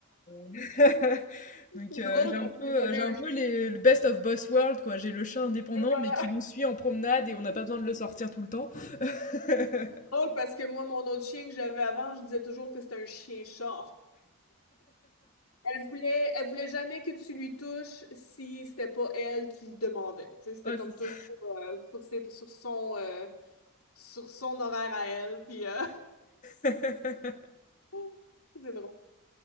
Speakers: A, on the left; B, on the left.
A: <laughs> Donc
B: C'est
A: heu,
B: drôle
A: j'ai un
B: parce
A: peu,
B: que j'avais
A: heu, j'ai
B: un
A: un
B: chien,
A: peu les le best of both world quoi. J'ai le chat indépendant,
B: voilà.
A: mais qui nous suit en promenade et on n'a pas besoin de le sortir tout le temps. <laughs>
B: Drôle parce que moi, mon autre chien que j'avais avant, je disais toujours que c'était un chien-chat. Elle voulait, elle voulait jamais que tu lui touches si c'était pas elle qui le demandait. Tu sais, c'était
A: Ouais,
B: comme
A: c'est
B: toujours euh, sur ses, sur son, euh, sur son horaire à elle. Puis euh,
A: ça. <laughs>
B: <laughs> c'est drôle.